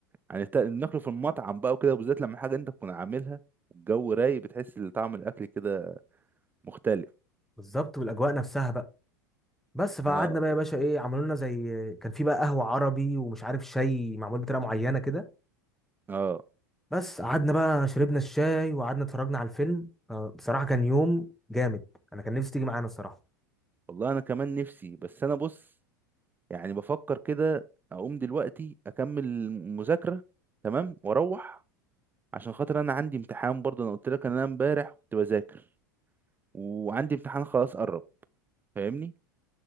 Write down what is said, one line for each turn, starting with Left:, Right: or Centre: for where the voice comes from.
Right: يعني تا- ناكله في المطعم بقى وكده وبالذات لما حاجه انت تكون عاملها والجو رايق بتحس ان طعم الاكل كده مختلف
Centre: بالظبط والاجواء نفسها بقى بس فقعدنا
Right: اه
Centre: بقى يا باشا ايه عملوا لنا زي كان في بقى قهوه عربي ومش عارف شاي معمول بطريقه معينه كده
Right: اه
Centre: بس قعدنا بقى شربنا الشاي وقعدنا اتفرجنا على الفيلم آه، بصراحه كان يوم جامد انا كان نفسي تيجي معانا الصراحه
Right: والله انا كمان نفسي بس انا بص يعني بفكر كده اقوم دلوقتي اكمل مذاكره تمام واروح عشان خاطر انا عندي امتحان برضه انا قلت لك ان انا امبارح كنت بذاكر وعندي امتحان خلاص قرب فاهمني